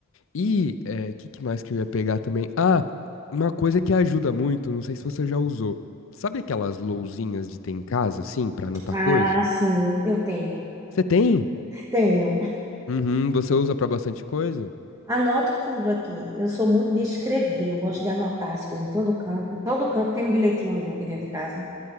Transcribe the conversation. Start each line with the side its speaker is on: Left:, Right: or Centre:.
Left: E o que, que mais que eu ia pegar também? Ah! Uma coisa que ajuda muito, não sei se você já usou. Sabe aquelas lousinhas de ter em casa, assim, pra anotar
Right: Ah,
Left: coisa?
Right: sim, eu tenho.
Left: Você tem?
Right: Tenho.
Left: Uhum, você usa pra bastante coisa?
Right: Anoto tudo aqui. Eu sou muito de escrever, eu gosto de anotar as coisas em todo canto. Em todo canto tem um bilhetinho meu aqui dentro de casa.